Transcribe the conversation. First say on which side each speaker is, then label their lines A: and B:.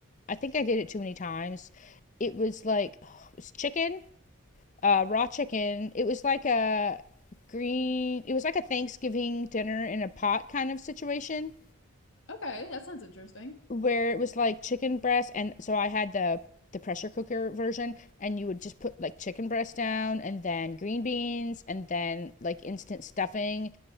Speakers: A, on the left (about 35°); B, on the left (about 60°).
A: I think I did it too many times. It was like, oh, it was chicken, uh, raw chicken. It was like a green, it was like a Thanksgiving dinner in a pot kind of situation.
B: Okay, that sounds interesting.
A: where it was like chicken breast and so I had the the pressure cooker version and you would just put like chicken breast down and then green beans and then like instant stuffing